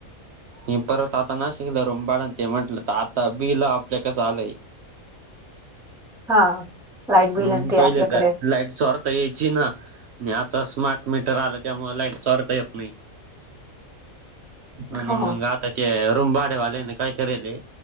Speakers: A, on the right; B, in the centre.
A: हे परत आता ना शिकल रुमबाड ते म्हंटलं तर आता बिल आपल्याकच आलंय
B: हा लाईट बिल
A: हम्म,
B: आणि ते
A: पहिले
B: आपल्याकडे
A: तर लाईटचाँर त यायची ना आणि आता स्मार्ट मीटर आलं, त्यामुळं लाईटचाँर येत नाही. आणि
B: हा
A: मग आता ते रूम भाडे्यावाले ने काय करेले